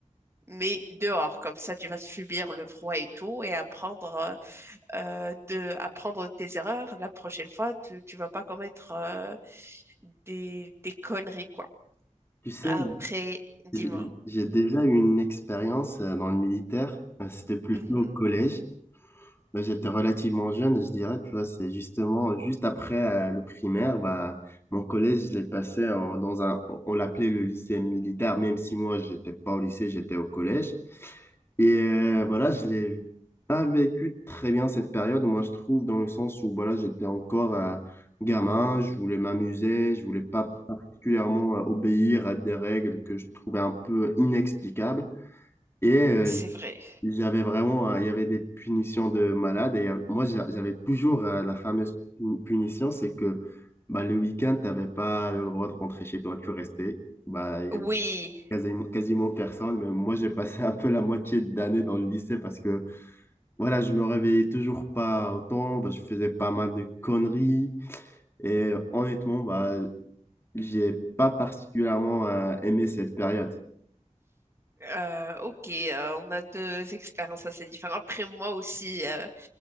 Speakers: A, on the right; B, on the left.
A: Mais dehors, comme ça, tu vas subir le froid et tout, et apprendre, euh, de, apprendre de tes erreurs. La prochaine fois, tu, tu vas pas commettre euh, des, des conneries, quoi.
B: Tu sais,
A: Après,
B: moi,
A: dis-moi.
B: j'ai j'ai déjà eu une expérience euh, dans le militaire. Euh, C'était plutôt
A: Mhm,
B: au collège. Bah, j'étais relativement jeune, je dirais, tu vois, c'est justement juste après euh, le primaire, bah, mon collège, je l'ai passé en- dans un, on on l'appelait le lycée militaire, même si moi, j'étais pas au lycée, j'étais au collège. Et euh, voilà, je l'ai pas vécu très bien cette période, moi, je trouve, dans le sens où, voilà, j'étais encore euh, gamin, je voulais m'amuser, je voulais pas particulièrement euh, obéir à des règles que je trouvais un peu inexplicables. Et euh,
A: c'est vrai.
B: j'avais vraiment, euh, il y avait des punitions de malade. Et il y a- moi, j'a- j'avais toujours euh, la fameuse pu- punition, c'est que bah, le week-end, tu n'avais pas le droit de rentrer chez toi, tu restais. Bah, il y
A: Oui.
B: avait quasiment, quasiment personne. Mais moi, j'ai passé <laughs> un peu la moitié d'année dans le lycée parce que voilà, je me réveillais toujours pas autant. Bah, je faisais pas mal de conneries. Et euh, honnêtement, bah, j'ai pas particulièrement euh, aimé cette période.
A: euh, ok, euh, on a deux expériences assez différentes. Après, moi aussi, euh,